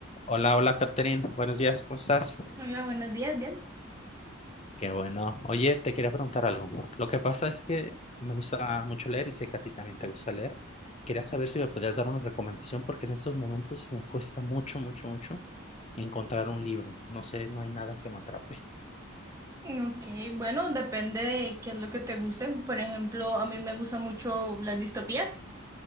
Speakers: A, on the left; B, on the right.
A: Hola, hola, Catherine. Buenos días, ¿cómo estás?
B: Hola, buenos días, bien.
A: Qué bueno. Oye, te quería preguntar algo. Lo que pasa es que me gusta mucho leer y sé que a ti también te gusta leer. Quería saber si me podías dar una recomendación porque en estos momentos me cuesta mucho, mucho, mucho encontrar un libro. No sé, no hay nada que me atrape.
B: Ok, bueno, depende de qué es lo que te guste. Por ejemplo, a mí me gustan mucho las distopías.